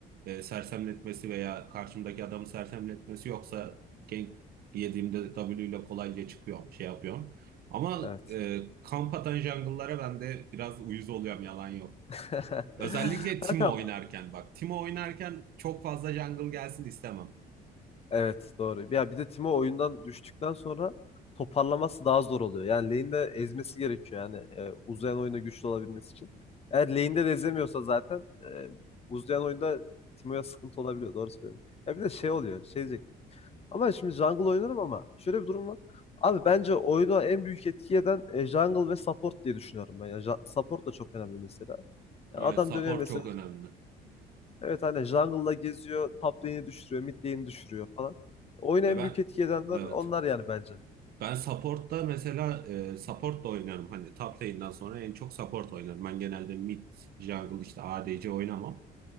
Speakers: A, on the right; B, on the left.
A: e, sersemletmesi veya karşımdaki adamı sersemletmesi yoksa gank yediğimde W ile kolayca çıkıyorum, şey yapıyorum. Ama
B: evet.
A: e, kamp atan jungle'lara ben de biraz uyuz oluyorum, yalan yok.
B: <laughs>
A: Özellikle Timo
B: Kankam
A: oynarken bak. Timo oynarken çok fazla jungle gelsin istemem.
B: evet doğru. Ya bir de Timo oyundan düştükten sonra toparlaması daha zor oluyor. Yani lane'de ezmesi gerekiyor yani e, uzayan oyunda güçlü olabilmesi için. Eğer lane'de de ezemiyorsa zaten e, uzayan oyunda Timo'ya sıkıntı olabiliyor. Doğru söylüyorsun. Ya bir de şey oluyor. Şey diyecektim. Ama şimdi jungle oynarım ama şöyle bir durum var. Abi bence oyuna en büyük etki eden e, jungle ve support diye düşünüyorum ben. Yani ja- support da çok önemli mesela. Yani
A: Evet,
B: adam
A: support
B: dönüyor mesela
A: çok önemli.
B: evet hani jungle'la geziyor, top lane'i düşürüyor, mid lane'i düşürüyor falan. Oyuna
A: Ya
B: en
A: ben
B: büyük etki edenler
A: evet
B: onlar yani bence.
A: ben support'ta mesela e, support da oynarım. Hani top lane'den sonra en çok support oynarım. Ben genelde mid, jungle işte ADC oynamam.